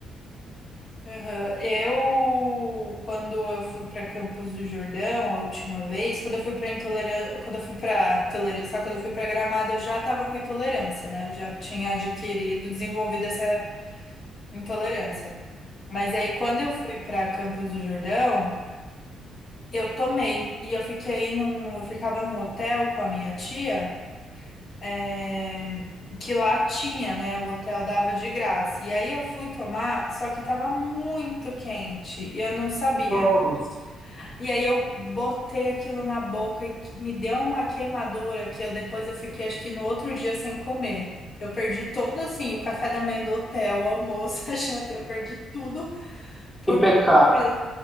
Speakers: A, on the left; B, in the centre.
A: Aham. Eu, quando eu fui para Campos do Jordão a última vez, quando eu fui para intolerância, quando eu fui para tolerância, só quando eu fui para Gramado, eu já estava com intolerância, né? Eu já tinha adquirido, desenvolvido essa intolerância. Mas aí, quando eu fui para Campos do Jordão, eu tomei e eu fiquei num, eu ficava num hotel com a minha tia, é, que lá tinha, né? O hotel dava de graça. E aí eu fui tomar, só que tava muito quente e eu não sabia.
B: Nossa,
A: E aí eu botei aquilo na boca e que- me deu uma queimadura que eu depois eu fiquei acho que no outro dia sem comer. Eu perdi todo assim, o café da manhã do hotel, o almoço, <laughs> a janta, eu perdi tudo por
B: que pecado.
A: conta